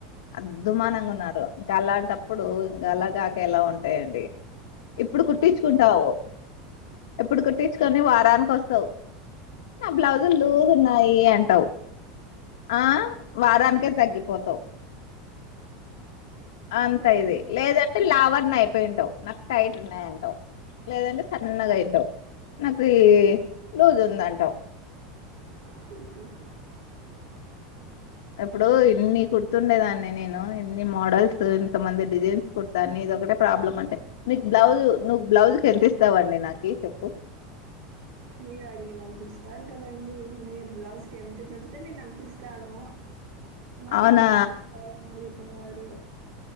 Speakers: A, on the left; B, on the right.
A: అద్ధుమానంగా ఉన్నారు ఇంకా అలాంటప్పుడూ ఇంగా అలా కాక ఎలా ఉంటాయండి. ఇప్పుడు కుట్టిచ్చుకుంటావు ఇప్పుడు కుట్టిచ్చుకొని వారానికి వస్తవు. నా బ్లౌజుల్ లూజ్ ఉన్నాయీ అంటావు ఆ వారానికే తగ్గిపోతవ్ అంతా
B: మీ
A: ఇది లేదంటే లావన్న అయిపోయింటావు నాక్ టైట్ ఉన్నాయింటావు. లేదంటే సన్నగై ఉంటావ్ నాకు ఈ లూజ్ ఉంది అంటావ్.
B: అ
A: అప్పుడూ ఇన్నీ కుడుతుండేదాన్ని నేను ఎన్ని మోడల్స్ ఎంత మంది డిజైన్స్ కుడతాన్ నీ ది ఒకటే ప్రాబ్లమ్ అంటే నీకు బ్లౌజు నువ్వు బ్లౌజ్కి ఎంత ఇస్తావండి నాకీ చెప్పు.
B: మీరు అడిగినంత ఇస్తాన్ కదండీ మీరు బ్లౌజ్ కి ఎంత చెప్తే నేన్ అంత ఇస్తానూ. మళ్ళీ
A: అవునా
B: ఎంత ఇస్తారు అని అడుగుతున్నారు.